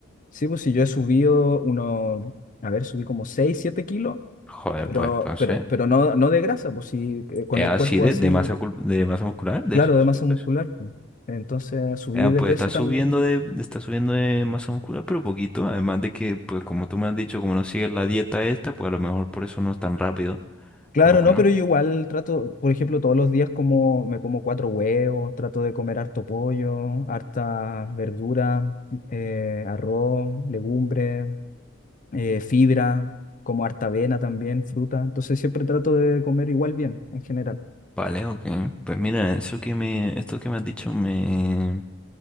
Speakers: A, on the left (about 40°); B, in the centre.
A: Sí, pues si yo he subido unos, a ver, subí como 6 7 kilos,
B: Joder,
A: pero,
B: pues entonces,
A: pero, pero no, no de grasa, pues sí, eh, con
B: eh,
A: el
B: así
A: cuerpo
B: de,
A: así,
B: de masa, cul- de masa muscular, de
A: claro,
B: esos
A: de masa
B: cuerpos.
A: muscular. pues. Entonces subí
B: Eh,
A: de
B: pues
A: peso
B: está subiendo
A: también.
B: de, de- está subiendo de masa muscular, pero poquito. Además de que, pues como tú me has dicho, como no sigues la dieta esta, pues a lo mejor por eso no es tan rápido.
A: Claro,
B: Pero bueno,
A: no, pero yo igual trato, por ejemplo, todos los días como, me como cuatro huevos, trato de comer harto pollo, harta verdura, eh, arroz, legumbres, eh, fibra, como harta avena también, fruta. Entonces siempre trato de comer igual bien en general,
B: vale, ok. Pues mira, eso que me, esto que me has dicho me,